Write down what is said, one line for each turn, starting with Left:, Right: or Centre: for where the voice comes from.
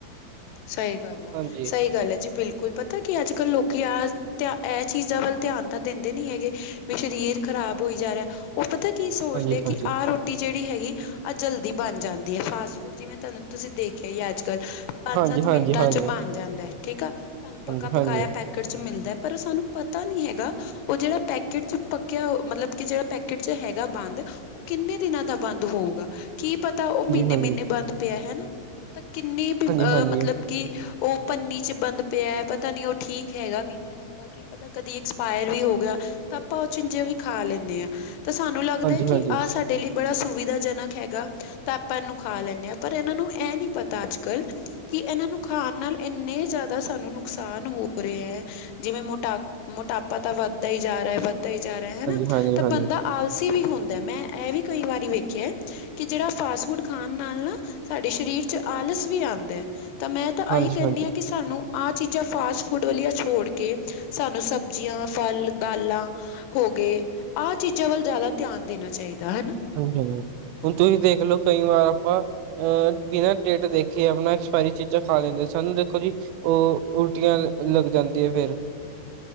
Left: ਸਹੀ ਗੱਲ ਹੈ,
Right: ਹਾਂਜੀ
Left: ਸਹੀ ਗੱਲ ਹੈ ਜੀ। ਬਿਲਕੁਲ ਪਤਾ ਕੀ ਅੱਜ ਕੱਲ ਲੋਕੀ ਆ ਤੇ ਇਹ ਚੀਜ਼ਾਂ ਵੱਲ ਧਿਆਨ ਤਾਂ ਦਿੰਦੇ ਨੀ ਹੈਗੇ ਵੀ ਸ਼ਰੀਰ ਖ਼ਰਾਬ ਹੋਈ ਜਾ ਰਿਹਾ। ਉਹ ਪਤਾ ਕੀ ਸੋਚਦੇ
Right: ਹਾਂਜੀ ਹਾਂਜੀ
Left: ਕਿ ਆਹ ਰੋ ਰੋਟੀ ਜਿਹੜੀ ਹੈਗੀ, ਆਹ ਜਲਦੀ ਬਨ ਜਾਂਦੀ ਏ ਫਾਸਟ ਫੂਡ ਜਿਵੇਂ ਤੁਹਾਨੂੰ ਤੁਸੀਂ ਦੇਖਿਆ ਹੀ ਅੱਜ ਕੱਲ੍ਹ ਪੰਜ-ਸੱਤ
Right: ਹਾਂਜੀ
Left: ਮਿੰਟਾਂ
Right: ਹਾਂਜੀ ਹਾਂਜੀ
Left: ਚ ਬਨ ਜਾਂਦਾ ਠੀਕ ਆ ਤੁਹਾਨੂੰ ਪੱਕਾ
Right: ਹਾਂਜੀ ਹਾਂਜੀ
Left: ਪਕਾਇਆ ਪੈ ਪੈਕਟ ਚ ਮਿਲਦਾ ਪਰ ਸਾਨੂੰ ਪਤਾ ਨੀ ਹੈਗਾ ਉਹ ਜਿਹੜਾ ਪੈਕਟ'ਚ ਪੱਕਿਆ ਮਤਲਬ ਕਿ ਜਿਹੜਾ ਪੈਕੇਟ ਚ ਹੈਗਾ ਬੰਦ ਕਿੰਨੇ ਦਿਨਾਂ ਦਾ ਬੰਦ ਹੋਊਗਾ, ਕੀ ਪਤਾ ਉਹ ਮਹੀਨੇ-ਮਹੀਨੇ
Right: ਹਾਂਜੀ
Left: ਬੰਦ ਪਿਆ ਹੈਨ ਤਾਂ ਕਿੰਨੀ
Right: ਹਾਂਜੀ
Left: ਅਹ
Right: ਹਾਂਜੀ ਹਾਂਜੀ ਹਾਂਜੀ
Left: ਮਤਲਬ ਕਿ ਉਹ ਪੰਨੀ'ਚ ਬੰਦ ਪਿਆ ਪਤਾ ਨੀ ਉਹ ਠੀਕ ਹੈਗਾ ਵੀ ਨਹੀਂ ਹੈਗਾ। ਕੀ ਪਤਾ ਕਦੀ ਐਕਸਪਾਇਰ ਵੀ ਹੋ ਗਿਆ, ਤਾਂ ਆਪਾਂ ਉਹ ਚੀਜ਼ਾਂ ਵੀ ਖਾ ਲੈਂਦੇ ਹਾਂ। ਤੇ ਸਾਨੂੰ ਲੱਗਦਾ
Right: ਹਾਂਜੀ
Left: ਕਿ ਆਹ ਸਾਡ ਦੇ ਲਈ ਬੜਾ ਸੁਵਿਧਾ ਜਨਕ ਹੈਗਾ ਤਾਂ ਆਪਾਂ ਇਹਨੂੰ ਖਾ ਲੈਂਨੇ ਹਾਂ ਪਰ ਇਹਨਾਂ ਨੂੰ ਇਹ ਨੀ ਪਤਾ ਅੱਜ ਕੱਲ ਕੀ ਇਹਨਾਂ ਨੂੰ ਖਾਨ ਨਾਲ ਇੰਨੇ ਜ਼ਿਆਦਾ ਸਾਨੂੰ ਨੁਕਸਾਨ ਹੋ ਰਹੇ ਹੈ। ਜਿਵੇਂ ਮੋਟਾ ਮੋਟਾਪਾ ਤਾਂ ਵੱਧਦਾ ਹੀ ਜਾ ਰਿਹਾ ਵੱਧਦਾ ਹੀ ਜਾ ਰਿਹਾ ਹੈਨਾ
Right: ਹਾਂਜੀ ਹਾਂਜੀ
Left: ਤਾਂ
Right: ਹਾਂਜੀ
Left: ਬੰਦਾ ਆਲਸੀ ਵੀ ਹੁੰਦਾ ਮੈਂ ਇਹ ਵੀ ਕਈ ਵਾਰੀ ਵੇਖਿਆ ਕਿ ਜਿਹੜਾ ਫਾਸਟ ਫੂਡ ਖਾਨ ਨਾਲ ਨਾ ਸਾਡੇ ਸਰੀਰ ਚ ਆਲਸ ਵੀ ਆਂਦਾ ਤਾਂ ਮੈਂ ਤਾਂ
Right: ਹਾਂਜੀ,
Left: ਇਹੀ ਕਹਿੰਨੀ
Right: ਹਾਂਜੀ,
Left: ਆ ਕਿ ਸਾਨੂੰ ਆਹ ਚੀਜ਼ਾਂ ਫਾਸਟ ਫੂਡ ਵਾਲੀਆਂ ਛੋੜ ਕੇ ਸਾਨੂੰ ਸਬਜ਼ੀਆਂ ਫਲ ਦਾਲਾਂ ਹੋ ਗਏ ਆਹ ਚੀਜ਼ਾਂ ਵੱਲ ਜ਼ਿਆਦਾ ਧਿਆਨ ਦੇਨਾ ਚਾਹੀਦਾ ਹਨਾ।
Right: ਹਾਂਜੀ-ਹਾਂਜੀ, ਹੁਨ ਤੁਸੀਂ ਦੇਖ ਲੋ ਕਈ ਵਾਰ ਆਪਾਂ ਅ ਬਿਨਾਂ ਡੇਟ ਦੇਖੇ ਅਪਨਾ ਐਕਸਪਾਇਰੀ ਚੀਜ਼ਾਂ ਖਾ ਲੈਂਦੇ ਸਾਨੂੰ ਦੇਖੋ ਜੀ ਉਹ ਉਲਟੀਆਂ ਲੱਗ ਜਾਂਦੀ ਏ ਫੇਰ।